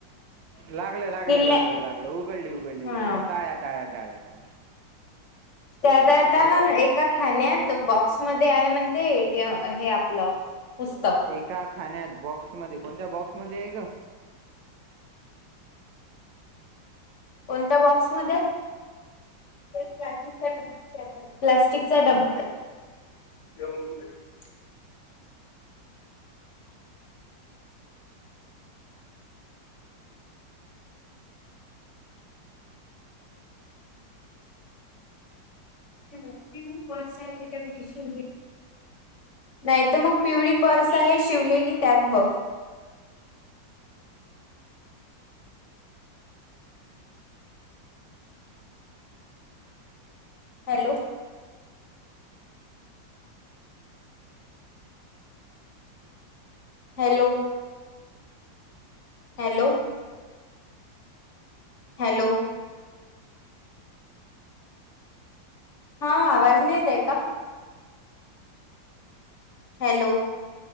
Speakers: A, on the right; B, on the left.
A: लागलं लागलं
B: हिलने
A: लागलं लागलं उघडली उघडली
B: हा
A: उघडली टाळ्या टाळ्या टाळ्या
B: ते आता आता एका खाण्यात्या बॉक्समध्येध्ये आहे म्हणते एटीएम हे आपलॉ पुस्तक
A: एका खाण्यात्या बॉक्समध्ये कोणत्या बॉक्समध्येध्ये आहे ग
B: कोणत्या बॉक्समध्ये प्लास्टिक ड प्लास्टिक चा डब उ ह तिन पच्या नाही तर मग पिवळी पर्स आहे शिवलेली त्यात बघ हॅलो हॅलो हॅलो हॅलो हा आवाज नाही येत आहे का हॅलो